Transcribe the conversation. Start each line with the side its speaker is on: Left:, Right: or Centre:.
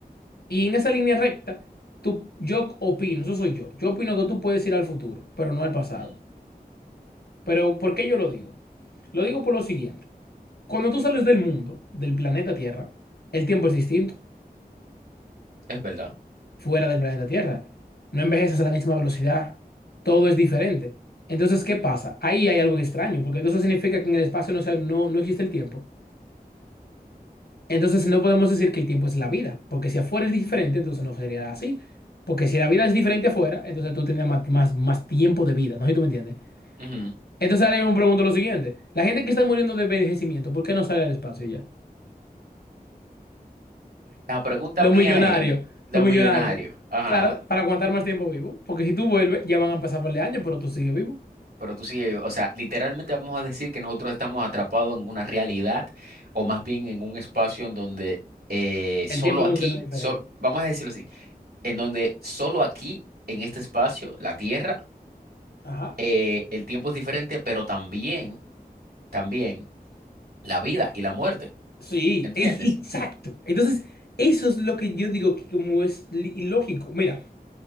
Left: Y en esa línea recta, tú, yo opino, eso soy yo. Yo opino que tú puedes ir al futuro, pero no al pasado.
Right: Ujú,
Left: Pero ¿por qué yo lo digo? Lo digo por lo siguiente. Cuando tú sales del mundo, del planeta Tierra, el tiempo es distinto.
Right: Es verdad.
Left: Fuera del planeta Tierra. No envejeces a la misma velocidad. Todo es diferente. Entonces, ¿qué pasa? Ahí hay algo extraño, porque entonces significa que en el espacio no, se- no, no existe el tiempo. Entonces no podemos decir que el tiempo es la vida, porque si afuera es diferente, entonces no sería así. Porque si la vida es diferente afuera, entonces tú tendrías más, más, más tiempo de vida, ¿no? sé Si tú me entiendes.
Right: Ujú.
Left: Entonces ahora yo me pregunto lo siguiente. La gente que está muriendo de envejecimiento, ¿por qué no sale al espacio y ya?
Right: La pregunta
Left: Los
Right: mía
Left: millonarios,
Right: es, los
Left: los millonarios.
Right: millonarios, ajá,
Left: Claro, para aguantar más tiempo vivo, porque si tú vuelves, ya van a pasar par de años, pero tú sigues vivo.
Right: Pero tú sí, o sea, literalmente vamos a decir que nosotros estamos atrapados en una realidad o más bien en un espacio en donde eh,
Left: El
Right: solo
Left: tiempo
Right: aquí,
Left: funciona diferente.
Right: sol- vamos a decirlo así, en donde solo aquí, en este espacio, la Tierra,
Left: Ajá.
Right: eh, el tiempo es diferente, pero también, también la vida y la muerte,
Left: Sí,
Right: ¿entiendes?
Left: es- exacto. Entonces, eso es lo que yo digo que como es li- ilógico. Mira.